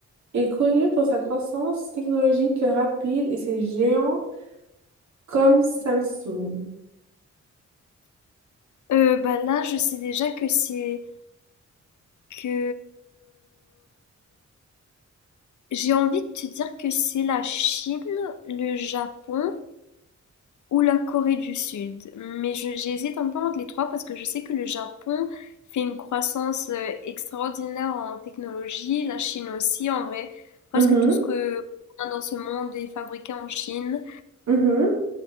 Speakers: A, on the right (about 70°); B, on the left (about 80°).
A: est connu pour sa croissance technologique rapide et ses géants comme Samsung?
B: Euh, bah là, je sais déjà que c'est que j'ai envie de te dire que c'est la Chine, le Japon ou la Corée du Sud. Mais je- j'hésite un peu entre les trois parce que je sais que le Japon fait une croissance euh, extraordinaire en technologie, la Chine aussi, en vrai, presque
A: Mhm,
B: tout ce que on a dans ce monde est fabriqué en Chine.
A: mhm,